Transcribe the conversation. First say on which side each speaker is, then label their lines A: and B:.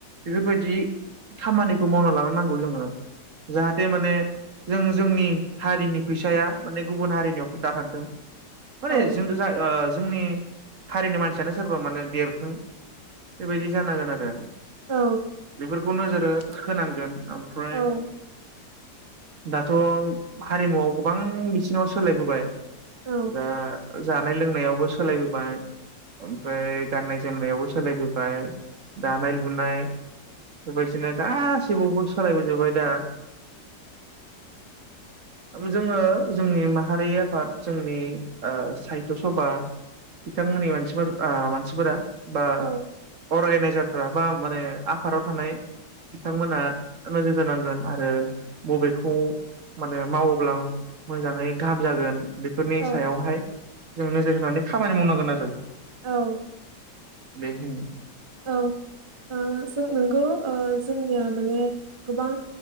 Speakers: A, on the right; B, on the right.
A: बेफोरबायदि खामानिखौ मावना लानो नांगौ जोङो जाहाथे माने जों जोंनि हारिनि फैसाया माने गुबुन हारिनियाव दा थांथों हरै
B: औ
A: जों जा जोंनि हारिनि मानसियानो सोरबा माने देरथों बेबायदि जानांगोन आरो
B: औ
A: बेफोरखौ नोजोरो होनांगोन ओमफ्राय
B: औ
A: दाथ' हारिमुआव गोबां बिथिङाव सोलायबोबाय
B: औ
A: दा जानाय लोंनायावबो सोलायबोबाय ओमफ्राय गाननाय जोमनायावबो सोलायबोबाय ओमफ्राय दानाय लुनाय बेबायदिनो गासिबावबो सोलायबोजोबबाय दा जोङो जोंनि माहारि आफाद जोंनि साहित्य सभा बिथांमोननि मानसिफोर मानसिफोरा बा
B: औ
A: अर्गेनाइजारफ्रा बा माने आफादाव थानाय बिथांमोना नोजोर होनांगोन आरो बबेखौ माने मावोब्ला मोजाङै गाहाम जागोन बेफोरनि
B: औ
A: सायावहाय जों नोजोर होनानै खामानि मावनांगोन आरो
B: औ
A: बेखा
B: औ, जों नोंगौ जोंनिया माने गोबां